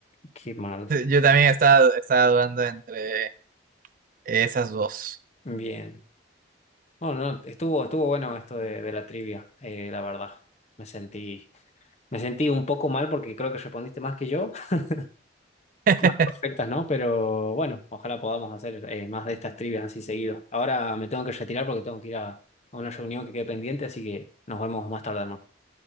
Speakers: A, on the left; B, on the right.
A: Qué mal.
B: Yo también estaba, estaba dudando entre esas dos.
A: Bien. No, no, estuvo, estuvo bueno esto de, de la trivia, eh, la verdad. Me sentí, me sentí un poco mal porque creo que respondiste más que yo. <laughs>
B: <laughs>
A: Más perfectas, ¿no? Pero bueno, ojalá podamos hacer eh, más de estas trivias así seguido. Ahora me tengo que retirar porque tengo que ir a, a una reunión que quede pendiente, así que nos vemos más tarde, hermano.